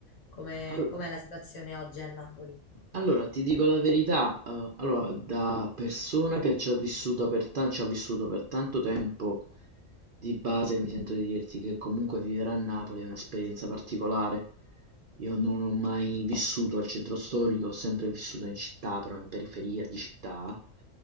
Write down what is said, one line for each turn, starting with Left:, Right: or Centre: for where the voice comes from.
Left: Com'è,
Right: al
Left: com'è la situazione oggi a Napoli?
Right: allora, ti dico la verità, eh, allora, da persona che ci ha vissuto per, ta- ci ha vissuto per tanto tempo, di base mi sento di dirti che comunque vivere a Napoli è un'esperienza particolare. Io non ho mai vissuto al centro storico, ho sempre vissuto in città, però in periferia di città.